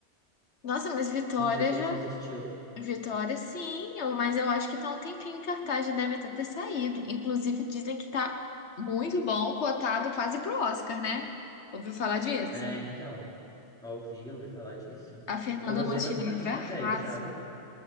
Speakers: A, on the left; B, in the centre.
A: Nossa, mas Vitória
B: Não sei se
A: já.
B: você assistiu.
A: Vitória, sim, eu- mas eu acho que tá um tempinho em cartaz, já deve até ter saído. Inclusive, dizem que tá muito bom, cotado quase pro Oscar, né? Ouviu falar disso?
B: É, então. Ouvi, ouvi falar disso.
A: A Fernanda
B: Eu gostei
A: Montenegro
B: bastante
A: arrasa.
B: também, sabe?